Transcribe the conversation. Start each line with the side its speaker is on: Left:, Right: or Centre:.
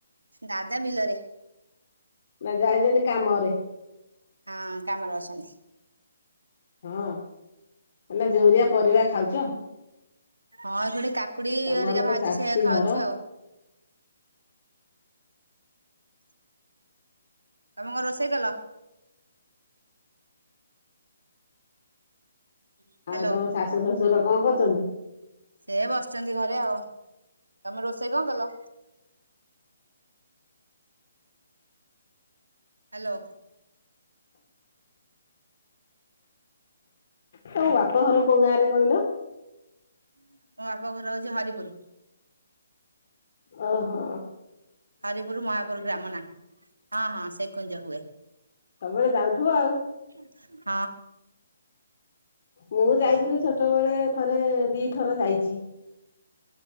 Right: ଦାଦା ବିଲରେ।
Left: ନା ଯାଇଛନ୍ତି କାମରେ।
Right: ହଁ କାମରେ ଅଛନ୍ତି
Left: ହଁ, ମାନେ ଜୁରିଆ ପରିବା ଖାଉଛ?
Right: ହଁ ପୁଣି କାକୁଡି ଇ
Left: ତମର
Right: ହରିକା
Left: ତ
Right: ବାହାର୍
Left: ଚାଷୀ
Right: ଛି ସେୟା ଖାଉଛୁ
Left: ଘର।
Right: ଆଉ। ତମେ କଣ ରୋଷେଇ କଲ? ହ୍ୟାଲୋ
Left: ଆଉ ତମ ଶାଶୁ ଶ୍ୱଶୁର କଣ କରୁଛ ଚାଲୁ
Right: ସେ ବସିଛନ୍ତି ଘରେ ଆଉ ତମେ ରୋଷେଇ କଣ କଲ? ହ୍ୟାଲୋ।
Left: ତୋ ବାପ ଘର କୋଉ ଗାଁରେ କହିଲ?
Right: ମୋ ବାପା ଘର ରଉଛି ହରିପୁର।
Left: ଓ ହୋ।
Right: ହରିପୁର ମହାପୁର ଗ୍ରାମ ନା। ହଁ ହଁ ସେ କୁଞ୍ଜ ହୁଏ।
Left: ସବୁବେଳେ ଯାଉଥିବ ଆଉ।
Right: ହୁଁ।
Left: ମୁଁ ଯାଇଥିଲି, ଛୋଟବେେଳେ ଥରେ ଦିଥର ଯାଇଛି।